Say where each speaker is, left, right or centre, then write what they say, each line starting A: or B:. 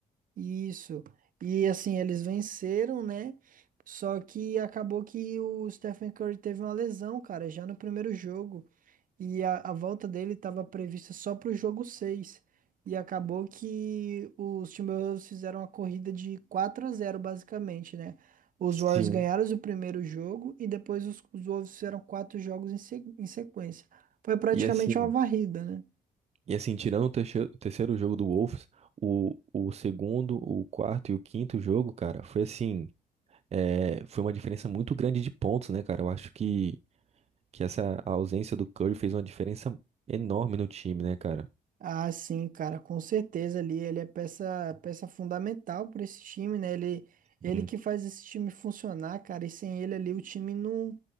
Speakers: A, on the right; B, on the right.
A: isso. E assim, eles venceram, né? Só que acabou que o Stephen Curry teve uma lesão, cara, já no primeiro jogo. E a, a volta dele estava prevista só para o jogo seis E acabou que os Timberwolves fizeram a corrida de 4 a zero basicamente, né? Os
B: Sim.
A: Warriors ganharam o primeiro jogo e depois os, os Wolves fizeram quatro jogos em, se- em sequência. Foi praticamente
B: E assim,
A: uma varrida, né?
B: e assim, tirando o terceiro, o terceiro jogo do Wolves, o, o segundo, o quarto e o quinto jogo, cara, foi assim. é, foi uma diferença muito grande de pontos, né, cara? Eu acho que, que essa ausência do Curry fez uma diferença enorme no time, né, cara?
A: Ah, sim, cara, com certeza ali ele é peça, peça fundamental para esse time, né? Ele, ele
B: Sim.
A: que faz esse time funcionar, cara, e sem ele ali o time não